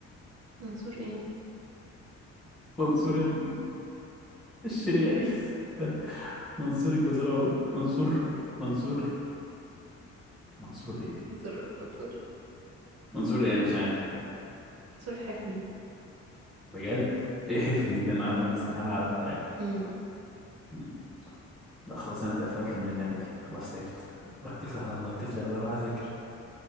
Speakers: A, on the right (about 55°); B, in the centre.
A: منصور ايه
B: منصور ال... الشريعي استنى. منصور الجزراوي منصور منصور منصور ايه
A: منصور منصور
B: منصور ايه انا مش عارف
A: منصور حفني
B: بجد ايه حفني دي انا عارفها من استحالة اعرفها يعني
A: امم
B: مم. لا خلاص انا اتقفلت من اللعبة دي خلاص تعبت رحت اتكل على الله اتكل على الله راح اذاكر